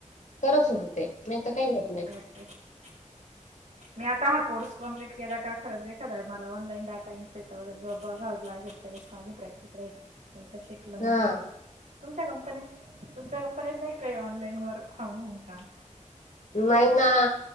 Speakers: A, on the left; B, on the right.
A: तरच होत ते नाही तर काही होत नाही.
B: ह मी आ हा कोर्स कम्प्लीट केला का खरंच एखादा मला ऑनलाई डाटा एन्ट्री वैगेरे जॉब बघावं लागेल. तरच माझी प्रॅक्टिस राहील, नाही तर शिकलं आन
A: हा
B: गेलं. तुमच्या कंपनीत तुमच्या कंपनीत नाही का, हे ऑनलाईन वर्क फ्रॉम होन काम?
A: नाही ना,